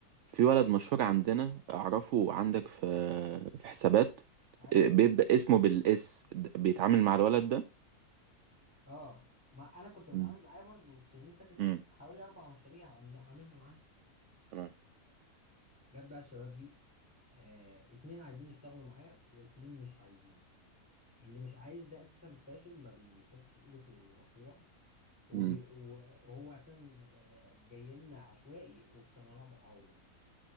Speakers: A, on the right; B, in the centre.
A: في ولد مشهور عندنا اعرفه عندك في في حسابات
B: أيوة
A: إيه، بيبدأ اسمه بالاس د- بيتعامل مع الولد ده
B: أه ما أنا كنت بتعامل
A: مم.
B: معاه برضو السنين اللي فاتت
A: مم.
B: حوالي أربع مشاريع عامل- عاملها معاه
A: تمام
B: جت بقى الشباب دي آه اتنين عايزين يشتغلوا معاه واتنين مش عايزين اللي مش عايز ده أساسا فاشل ما بيحطش إيده في المشروع وبي...
A: مم.
B: وهو أساسا آه، جاي لنا عشوائي وفي سنة رابعة هو